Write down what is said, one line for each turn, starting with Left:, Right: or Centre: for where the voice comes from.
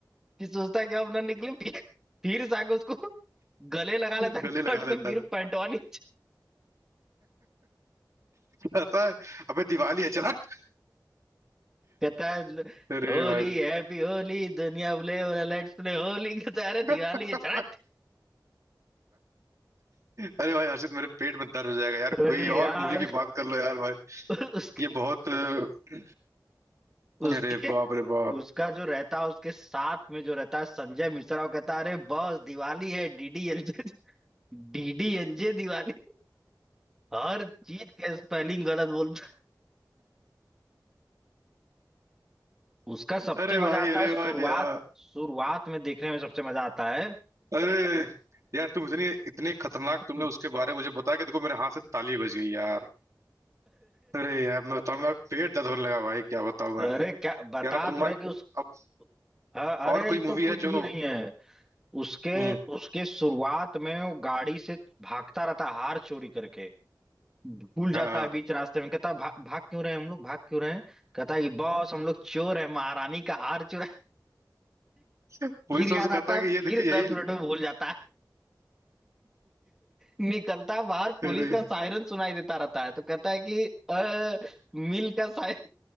Centre: कि सोचता है कि अब ना निकले फिर फिर जाके उसको गले लगा लेता
Right: <laughs>
Centre: है
Right: गले
Centre: कट
Right: लगा
Centre: से
Right: लेता
Centre: फिर
Right: है
Centre: पैंटवा नीचे
Right: पता है अबे दिवाली है चल हट
Centre: कहता है
Right: अरे
Centre: होली
Right: भाई
Centre: हैप्पी होली दुनिया बोले लेट्स प्ले होली कहता है अरे
Right: <laughs>
Centre: दिवाली है चला
Right: अरे भाई हर्षित मेरे पेट में दर्द हो जाएगा यार
Centre: अरे
Right: कोई
Centre: यार
Right: और मूवी की बात कर लो यार भाई
Centre: उसके
Right: ये बहुत अ,
Centre: उसके
Right: अरे बाप रे बाप
Centre: उसका जो रहता है उसके साथ में जो रहता है संजय मिश्रा वो कहता है अरे बॉस दिवाली है डीडीएलजे डीडीएलजे दिवाली हर चीज का स्पेलिंग गलत बोलता है। उसका सबसे
Right: अरे
Centre: मजा
Right: भाई
Centre: आता
Right: अरे
Centre: है शुरुआत
Right: भाई यार
Centre: शुरुआत में देखने में सबसे मजा आता है
Right: अरे यार तुम इतनी इतने खतरनाक
Centre: <laughs>
Right: तुमने उसके बारे में मुझे बताया कि देखो मेरे हाथ से ताली बज गई यार अरे यार मैं बताऊं मेरा पेट दर्द होने लगा भाई क्या बताऊं मैं
Centre: अरे क्या बता
Right: यार अब तुम
Centre: तो
Right: मान
Centre: रहे कि उस
Right: अब
Centre: हाँ, अरे
Right: और कोई
Centre: ये
Right: मूवी
Centre: तो कुछ
Right: है जो
Centre: भी नहीं है उसके
Right: हम्म
Centre: उसके शुरुआत में वो गाड़ी से भागता रहता है हार चोरी करके भूल जाता
Right: हाँ हाँ
Centre: है बीच रास्ते में कहता है, भा, भाग क्यों रहे हैं हम लोग भाग क्यों रहे हैं कहता है कि बॉस हम लोग चोर है महारानी का हार चुरा
Right: पुलिस
Centre: फिर याद
Right: वाले से
Centre: आता
Right: कहता है
Centre: है
Right: कि ये देखिए
Centre: फिर दस
Right: यही
Centre: मिनट में भूल जाता निकलता बाहर पुलिस
Right: अरे
Centre: का सायरन सुनाई देता रहता है तो कहता है कि अ, मिल का सायरन